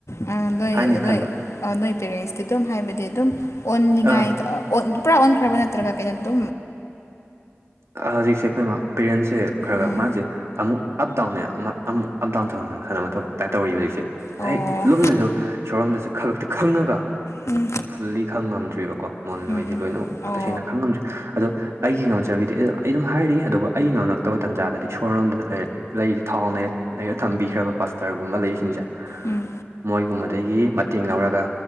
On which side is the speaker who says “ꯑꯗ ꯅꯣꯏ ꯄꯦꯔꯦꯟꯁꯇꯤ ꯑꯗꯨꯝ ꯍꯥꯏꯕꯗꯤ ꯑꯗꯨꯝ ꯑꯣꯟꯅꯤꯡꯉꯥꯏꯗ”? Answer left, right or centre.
Left